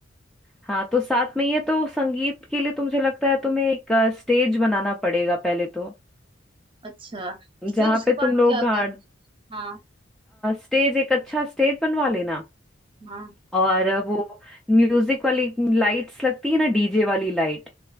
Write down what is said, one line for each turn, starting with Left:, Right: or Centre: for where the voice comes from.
Centre: हाँ तो साथ में ही है तो संगीत के लिए तो मुझे लगता है तुम्हें एक स्टेज बनाना पड़ेगा पहले तो
Right: अच्छा
Centre: जहाँ
Right: फिर उसके
Centre: पे
Right: बाद
Centre: तुम लोग
Right: क्या
Centre: हाँ
Right: करते हाँ
Centre: स्टेज एक अच्छा स्टेज बनवा लेना
Right: हाँ
Centre: और अ, वो म्यूजिक वाली लाइट्स लगती है ना डीजे वाली लाइट